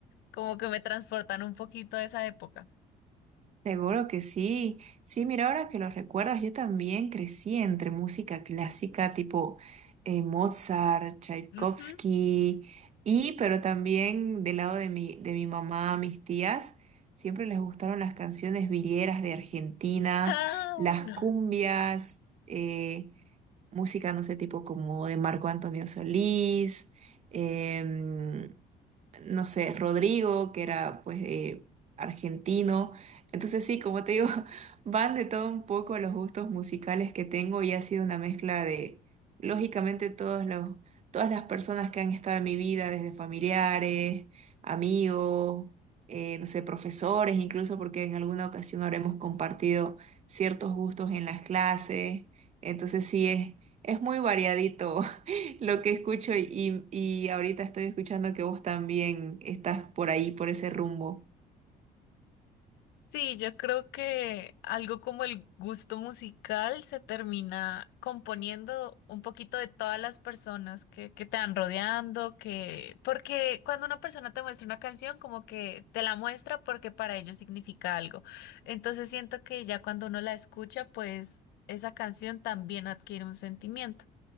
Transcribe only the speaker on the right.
Seguro que sí. Sí, mira, ahora que lo recuerdas, yo también crecí entre música clásica tipo eh, Mozart, Tchaikovsky,
y pero también del lado de mi, de mi mamá, mis tías, siempre les gustaron las canciones villeras de Argentina,
las
cumbias, eh, música, no sé, tipo como de Marco Antonio Solís. em, no sé, Rodrigo, que era pues eh, argentino. Entonces sí, como te digo, <laughs> van de todo un poco los gustos musicales que tengo y ha sido una mezcla de, lógicamente, todos los, todas las personas que han estado en mi vida, desde familiares, amigos, eh, no sé, profesores, incluso porque en alguna ocasión habremos compartido ciertos gustos en las clases. Entonces sí, es, es muy variadito <laughs> Lo que escucho y, y ahorita estoy escuchando que vos también estás por ahí, por ese rumbo.